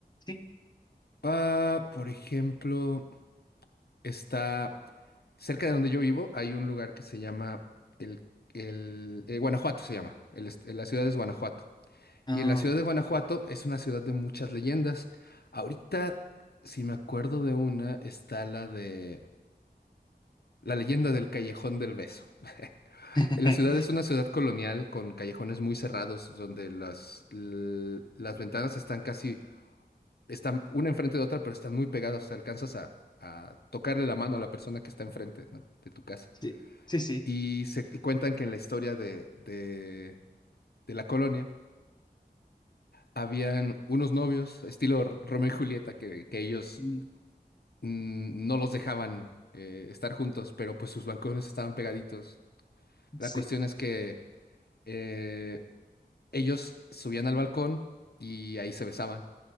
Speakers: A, on the left; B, on the left.
A: Sí.
B: Ah, por ejemplo, está cerca de donde yo vivo, hay un lugar que se llama el, el eh, Guanajuato se llama. El, est- la ciudad es Guanajuato.
A: Ah,
B: Y en la ciudad de Guanajuato es una ciudad de muchas leyendas. Ahorita, si me acuerdo de una, está la de la leyenda del Callejón del Beso.
A: <laughs>
B: La ciudad es una ciudad colonial con callejones muy cerrados donde las, l- las ventanas están casi, están una enfrente de otra, pero están muy pegadas. O sea, alcanzas a, a tocarle la mano a la persona que está enfrente, ¿no? de tu casa.
A: sí, sí, sí.
B: Y se cuentan que en la historia de, de, de la colonia habían unos novios, estilo R- Romeo y Julieta, que, que ellos
A: Mm,
B: mm, no los dejaban eh, estar juntos, pero pues sus balcones estaban pegaditos. La
A: Sí.
B: cuestión es que... eh, Ellos subían al balcón y ahí se besaban,